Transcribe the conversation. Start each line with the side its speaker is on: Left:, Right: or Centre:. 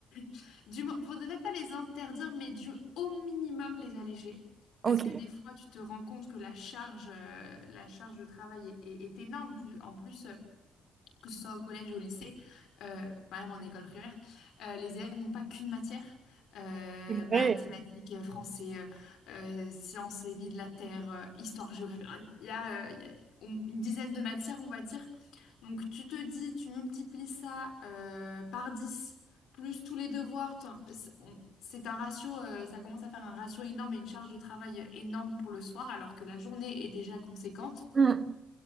Left: <laughs> du mo- faudrait peut-être pas les interdire, mais du au minimum les alléger.
Right: Ok,
Left: Parce que des fois, tu te rends compte que la charge, euh, la charge de travail est, est- est énorme. Plus- En plus, euh, que ce soit au collège ou au lycée, euh, enfin, même en école primaire, euh, les élèves n'ont pas qu'une matière. Euh,
Right: c'est
Left: mathématiques,
Right: vrai.
Left: euh, français, euh, euh, sciences et vie de la Terre, euh, histoire, géographie. Enfin, Il y a, euh, il y a une dizaine de matières, on va dire. Donc tu te dis, tu multiplies ça euh, par 10 plus tous les devoirs, t'en- c'est on- c'est un ratio, euh, ça commence à faire un ratio énorme et une charge de travail euh, énorme pour le soir, alors que la journée est déjà conséquente.
Right: Mm.